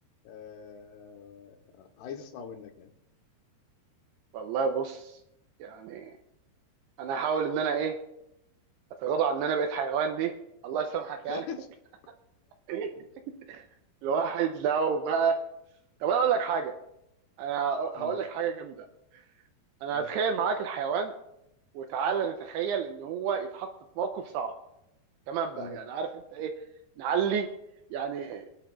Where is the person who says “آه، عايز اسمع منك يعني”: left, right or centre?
Left